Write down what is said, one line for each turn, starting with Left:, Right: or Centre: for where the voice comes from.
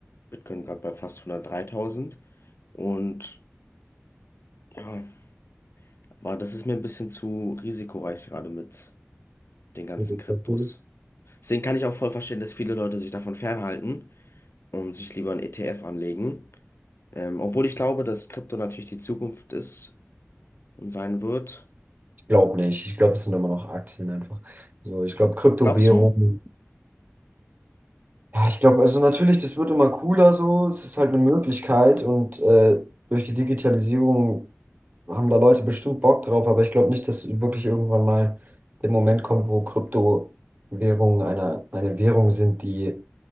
Left: Bitcoin gerade bei fast 103.000. Und Ja, aber das ist mir ein bisschen zu risikoreich gerade mit den ganzen
Right: Mit dem
Left: Kryptos.
Right: Zettel?
Left: Deswegen kann ich auch voll verstehen, dass viele Leute sich davon fernhalten und sich lieber einen ETF anlegen. Ähm, obwohl ich glaube, dass Krypto natürlich die Zukunft ist und sein wird.
Right: Ich glaube nicht. Ich glaube, es sind immer noch Aktien einfach. So, ich glaube, Kryptowährungen.
Left: Glaubst du?
Right: Ja, ich glaube, also natürlich, das wird immer cooler so. Es ist halt eine Möglichkeit und äh, durch die Digitalisierung haben da Leute bestimmt Bock drauf, aber ich glaube nicht, dass wirklich irgendwann mal der Moment kommt, wo Kryptowährungen eine, eine Währung sind, die